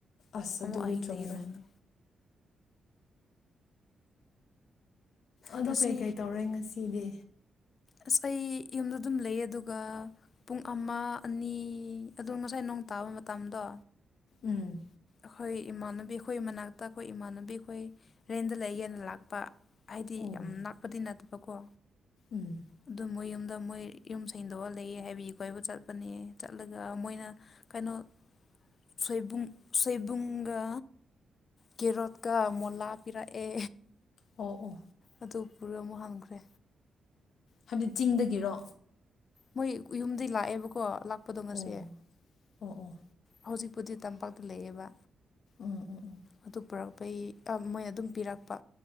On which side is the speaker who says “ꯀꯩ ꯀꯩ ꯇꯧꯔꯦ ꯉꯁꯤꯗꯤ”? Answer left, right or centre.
Left